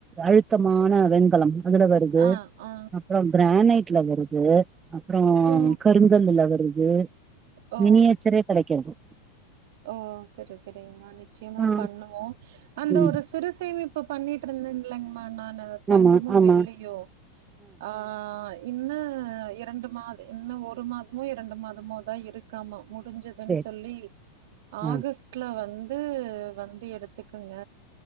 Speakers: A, on the right (about 20°); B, on the right (about 50°).
A: அழுத்தமான வெண்கலம் அதுல வருது
B: ஆ ஆ
A: அப்ரோ கிரானைட்ல வருது அப்ரோ
B: ஓ
A: கருங்கல்ல வருது
B: ஓ
A: மினியச்சரே கெடைக்காது
B: ஓ சரி சரிங்கமா நிச்சயமா
A: ஆ
B: பண்ணுவோ அந்த
A: ம்
B: ஒரு சிறு சேமி இப்ப பண்ணிட்டு இருந்தேன்லைங்கமா நானு தங்கமு
A: ஆமா ஆமா
B: வெள்ளியு ஆ இன்னூ இரண்டு மாத இன்னு ஒரு மாதமோ இரண்டு மாதமோ தா இருக் காம முடுஞ்சுதுன்
A: சேரி
B: சொல்லி ஆகஸ்ட்ல
A: ஆ
B: வந்து வந்து எடுத்துக்கங்க